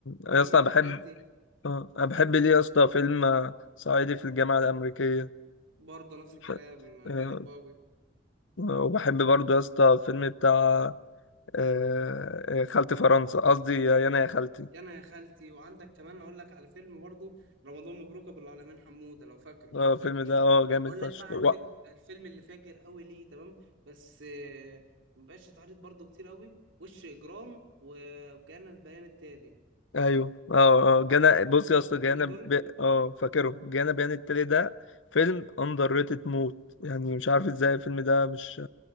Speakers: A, on the right (about 80°); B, on the left (about 80°).
A: تمام
B: يا اسطى
A: الحاجات
B: انا بحب
A: دي
B: اه انا بحب ليه يا اسطى فيلم آه، صعيدي في الجامعه الامريكيه
A: برضه نفس الكلام
B: ف-
A: آه،
B: آه،
A: بحبه قوي
B: آه، وبحب برضه يا اسطى فيلم بتاع آه، آه، خالتي فرنسا قصدي يا انا يا خالتي
A: يا انا يا خالتي وعندك كمان اقول لك على فيلم برضه رمضان مبروك ابو العالمين حمودة لو فاكره
B: اه الفيلم ده اه جامد
A: اقول
B: فشخ
A: لك بقى على
B: و-
A: الفج... الفيلم اللي فاجر قوي ليه تمام بس آه، مبقاش يتعرض برضه كتير قوي وش اجرام و- وجانا البيان التالي
B: ايوه اه اه جانا بص
A: فاكر
B: يا
A: الفيلمين
B: اسطى جانا
A: دول
B: ب... اه فاكره جانا بيان التالي ده فيلم اندر ريتد موت يعني مش عارف ازاي الفيلم ده مش